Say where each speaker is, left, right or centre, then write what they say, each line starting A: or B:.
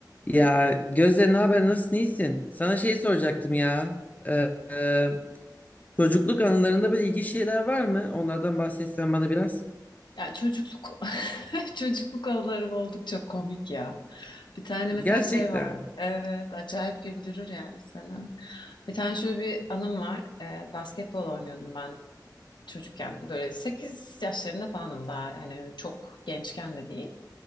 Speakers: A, on the left; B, on the left.
A: Ya Gözde ne haber nasılsın iyisin? Sana şey soracaktım ya. Ee, e, çocukluk anılarında böyle ilginç şeyler var mı? Onlardan bahsetsen bana biraz.
B: Ya çocukluk <laughs> çocukluk anılarım oldukça komik ya. Bir tane mesela
A: Gerçekten.
B: şey var. Evet, acayip güldürür yani seni. Bir tane şöyle bir anım var. Ee, basketbol oynuyordum ben çocukken. Böyle 8 yaşlarında falanım daha. Yani çok gençken de değil.